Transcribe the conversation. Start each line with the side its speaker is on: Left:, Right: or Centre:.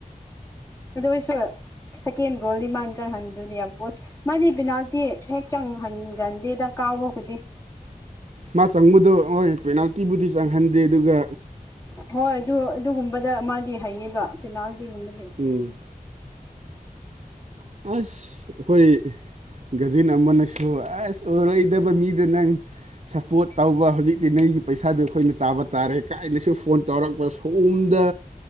Left: ꯑꯗꯨꯑꯣꯏꯁꯨ ꯁꯦꯀꯦꯟ ꯒꯣꯜꯗꯤ ꯃꯥꯟꯅ ꯆ꯭ꯔ ꯍꯟꯗꯨꯗꯤ ꯌꯥꯝ ꯄꯣꯁ ꯃꯥꯗꯤ ꯕꯤꯅꯥꯜꯇꯤ ꯍꯦꯛ ꯆꯪꯍꯟꯒꯟꯗꯦꯗ ꯀꯥꯎꯕ ꯈꯨꯗꯤꯡ
Right: ꯃꯥ ꯆꯪꯕꯗꯣ ꯍꯣꯏ ꯄꯦꯅꯥꯜꯇꯤꯕꯨꯗꯤ ꯆꯪꯍꯟꯗꯦ ꯑꯗꯨꯒ
Left: ꯍꯣꯏ ꯑꯗꯨ ꯑꯗꯨꯒꯨꯝꯕꯗ ꯃꯥꯗꯤ ꯍꯩꯌꯦꯕ ꯄꯦꯅꯥꯜꯇꯤꯒꯨꯝꯕꯗꯤ
Right: ꯎꯝ ꯑꯁ ꯑꯩꯈꯣꯏ ꯒꯖꯤꯟ ꯑꯃꯅꯁꯨ ꯑꯁ ꯎꯔꯣꯏꯗꯕ ꯃꯤꯗ ꯅꯪ ꯁꯞꯄꯣꯔꯠ ꯇꯧꯕ ꯍꯧꯖꯤꯛꯇꯤ ꯅꯪꯒꯤ ꯄꯩꯁꯥꯗꯨ ꯑꯩꯈꯣꯏꯅ ꯆꯥꯕ ꯇꯥꯔꯦ ꯀꯥꯏꯅꯁꯨ ꯐꯣꯟ ꯇꯧꯔꯛꯄ ꯁꯑꯣꯣꯝꯗ